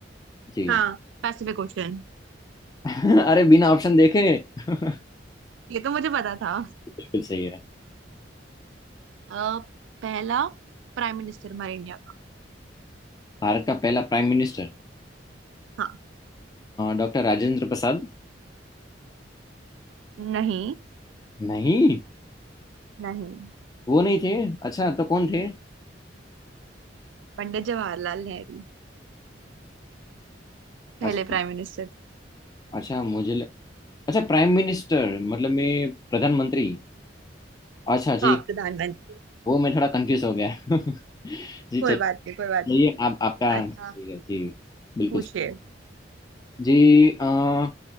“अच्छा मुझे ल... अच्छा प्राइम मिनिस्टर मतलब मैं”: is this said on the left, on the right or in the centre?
Left